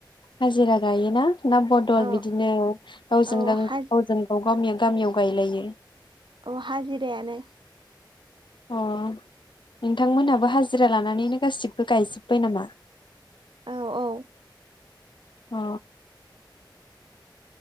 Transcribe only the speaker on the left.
हाजिरा गायोना ना बदल
बिदिनो गावजों
गावजों
गाव गामियाव गायलायो
अ नोंथांमोनहाबो हाजिरा लानानैनो गासिबो गायजोब्बाय नामा
अ